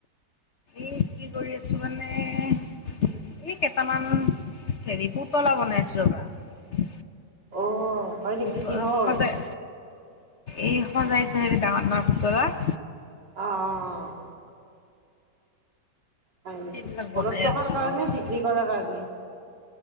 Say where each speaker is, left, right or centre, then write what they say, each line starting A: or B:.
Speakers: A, on the left; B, on the right.
A: এ কি কৰি আছো মানে- এই কেইটামান হেৰি পুতলা বনাইছো ৰবা-
B: অ হয়
A: পুতলা
B: নেকি কি কিহৰ?
A: সজাই এই সজাই ডাঙৰ পুতলা-
B: অ অ অ হয় নেকি
A: সেইবিলাক বনাই
B: ঘৰত ৰখাৰ
A: আছোঁ
B: কাৰণে
A: অ'।
B: বিক্ৰী কৰাৰ কাৰণে-